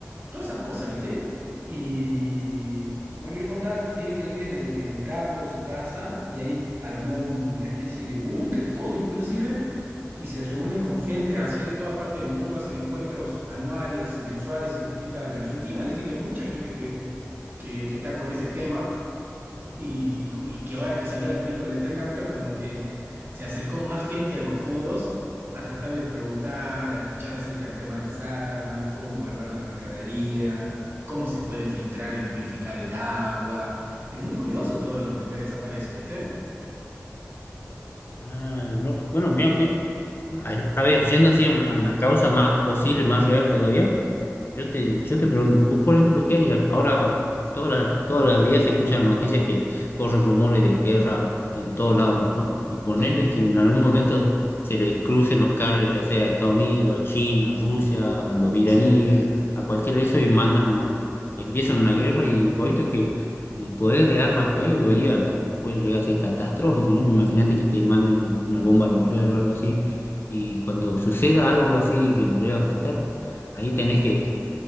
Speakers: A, on the right; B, on the left.
A: todas esas cosas, ¿viste? Y bueno, y él contaba que tiene que él vive medio que en el campo, en su casa, y ahí armó una especie de búnker, todo inclusive, y se reúne con gente así de toda parte del mundo, hacen encuentros anuales, mensuales en distintas, en Argentina, dice que hay mucha gente que, que, que está con ese tema, y, ju- y que ahora que salió la película de Tren Auto, como que se acercó más gente a los foros a tratar de preguntar, a escuchar acerca del tema de las armas, cómo guardar la mercadería, cómo se puede filtrar y purificar el agua. Es muy curioso todo lo que puede desatar eso, ¿viste?
B: Claro, ¿no? Bueno, mira, que- a, a ver, yendo así a una, a una causa más posible, más real todavía, Yo te, yo te pregunto, vos por ejemplo, ¿qué harías? Ahora todas las, todos los días se escuchan en noticias que corren rumores de guerra en todos lados, ¿no? Y ponerle
A: Sí,
B: que en algún momento se le crucen los cables, ya sea a Estados Unidos, a China, a Rusia, a los iraníes,
A: sí.
B: a cualquiera de eso y mandan una, empiezan una guerra y vos visto que el poder de armas que hay hoy día puede llegar a ser catastrófico, ¿no? Imagínate que te manden un- una bomba nuclear o algo así y cuando suceda algo así que nos llegue a afectar ahí tenés que